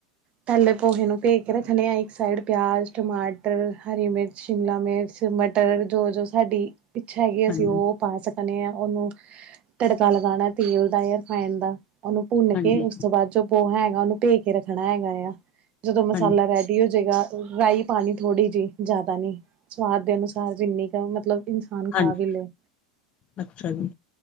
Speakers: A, on the right; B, on the left.
A: ਪੈਲੇ ਪੋਹੇ ਨੂੰ ਪੈ ਕੇ ਰੱਖਣੇ ਆ, ਇੱਕ ਸਾਈਡ ਪਿਆਜ਼ ਟਮਾਟਰ, ਹਰੀ ਮਿਰਚ, ਸ਼ਿਮਲਾ ਮਿਰਚ, ਮ ਟਰ ਜੋ-ਜੋ ਸਾਡੀ ਇੱਛਾ ਹੈਗੀ
B: ਹਾਂਜੀ,
A: ਅਸੀਂ ਓ ਪਾ ਸਕਨੇ ਆ ਓਨੂੰ ਤੜਕਾ ਲਗਾਣਾ ਤੇਲ ਦਾ ਯਾ ਰੀਫਾਂਇਡ ਦਾ ਓਨੂੰ ਭੁੰਨ
B: ਹਾਂਜੀ,
A: ਕੇ ਉਸ ਤੋਂ ਬਾਅਦ ਜੋ ਪੋਹਾ ਹੈਗਾ, ਓਨੂੰ ਭੇ ਕੇ ਰੱਖਣਾ ਹੈਗਾ ਆ। ਜਿਦੋਂ ਮਸਾਲਾ
B: ਹਾਂਜੀ,
A: ਰੈਡੀ ਹੋ ਜਾਏਗਾ, ਰਾਈ ਪਾਣੀ ਥੋੜ੍ਹੀ ਜਿ ਜ਼ਿਆਦਾ ਨਈਂ। ਸਵਾਦ ਦੇ ਅਨੁਸਾਰ ਜਿੰਨੀ ਕੁ ਮਤਲਬ ਇੰਨਸਾਨ
B: ਹਾਂਜੀ,
A: ਖਾ ਵੀ ਦੇ।
B: ਅੱਛਾ ਜੀ।